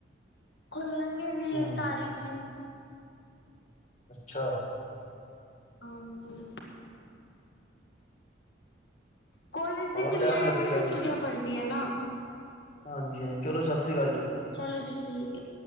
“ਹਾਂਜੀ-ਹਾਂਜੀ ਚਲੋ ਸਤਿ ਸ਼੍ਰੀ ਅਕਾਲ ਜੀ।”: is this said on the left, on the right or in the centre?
Left